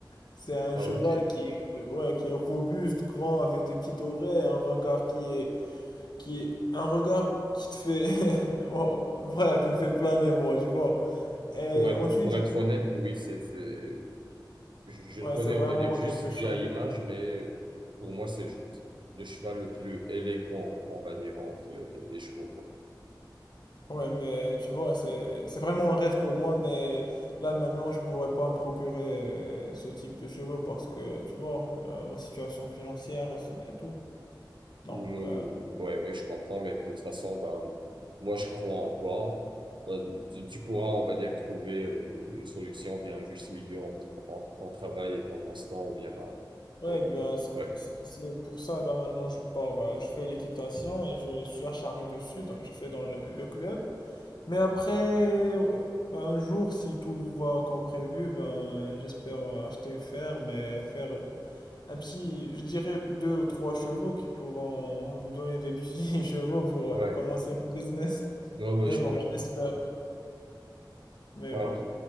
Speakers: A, on the left; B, on the right.
A: C'est un
B: Ah,
A: cheval
B: ok.
A: qui, ouais, qui est robuste, grand, avec des petites oreilles, un regard qui est qui est un regard qui te fait <laughs> oh, frère qui me fait planer moi tu vois et
B: Pour être
A: ensuite
B: pour
A: il
B: être honnête, oui, c'est c'est je, je
A: ouais
B: le connais,
A: c'est vraiment
B: on va dire juste
A: quelque
B: via
A: chose
B: image, mais euh, pour moi c'est le cheval le plus élégant, on va dire entre les les les chevaux.
A: ouais mais tu vois c'est c'est vraiment un rêve pour moi mais là maintenant je pourrais pas me procurer euh, ce type de cheveux parce que tu vois euh, ma situation financière et et tout donc
B: Nous,
A: euh,
B: ouais, ouais, je comprends, mais de toute façon, ben, moi, je crois en toi. Ben, tu, tu pourras, on va dire, trouver euh, une solution, bien un juste milieu entre entre ton travail et ton passe-temps, ou bien, ben,
A: ouais
B: et,
A: ben
B: euh,
A: c'est
B: ouais,
A: c'est pour ça là maintenant je pars euh, je fais l'équitation et je suis acharné dessus donc, je fais dans le le club Mais après, euh, ben, un jour, si tout va comme prévu, ben, j'espère euh, acheter une ferme et faire euh, un petit, je dirais deux ou trois chevaux qui pourront me donner des petits <laughs> chevaux pour
B: ouais,
A: euh, commencer mon business.
B: ouais, ouais,
A: Mais
B: je
A: bon,
B: comprends.
A: je l'espère. Mais
B: Ben,
A: bon,